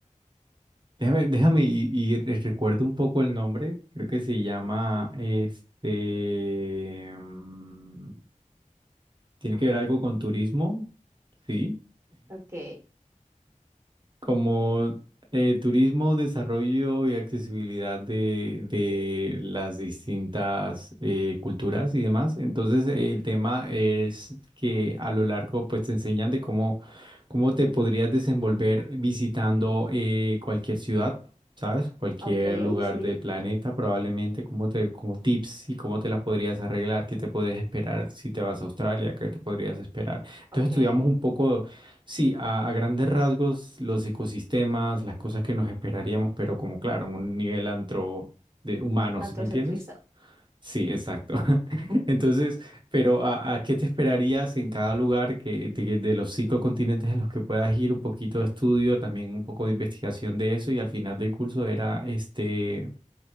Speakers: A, on the right; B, on the right.
A: Déjame, déjame y, y re- recuerdo un poco el nombre. Creo que se llama este. mm, Tiene que ver algo con turismo, sí.
B: Ok,
A: Como eh, turismo, desarrollo y accesibilidad de, de las distintas eh, culturas y demás. Entonces, el tema es que a lo largo, pues te enseñan de cómo, cómo te podrías desenvolver visitando eh, cualquier ciudad, ¿sabes? Cualquier
B: ok,
A: lugar
B: sí,
A: del planeta, probablemente, como te, como tips y cómo te las podrías arreglar, qué te puedes esperar si te vas a Australia, qué te podrías esperar. Entonces,
B: ok.
A: estudiamos un poco. Sí, a, a grandes rasgos, los ecosistemas, las cosas que nos esperaríamos, pero como claro, en un nivel antro de humano,
B: Antrocentriza.
A: ¿sí me entiendes? Sí, exacto. <laughs> Entonces, pero ¿a, a qué te esperarías en cada lugar que, de, de los cinco continentes en los que puedas ir? Un poquito de estudio, también un poco de investigación de eso y al final del curso era este